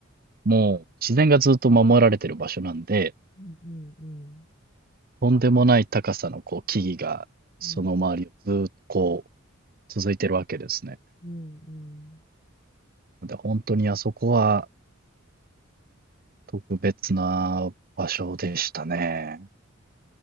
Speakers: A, on the right; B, on the left.
A: もう自然がずっと守られてる場所なんで、
B: うんうんうん。
A: とんでもない高さのこう木々が、その周りをずーっとこう、
B: うん
A: 続いてるわけですね。
B: うんうん。
A: で、本当にあそこは特別な場所でしたね。